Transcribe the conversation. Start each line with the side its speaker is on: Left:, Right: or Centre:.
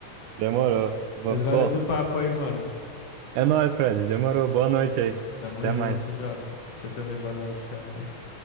Right: Demorou. Bo-
Left: Mas valeu
Right: Bom,
Left: do papo aí, mano.
Right: é nóis, Fred. Demorou. Boa noite aí.
Left: Tamo
Right: Até
Left: junto,
Right: mais.
Left: Jota. Você também, boa noite, até mais.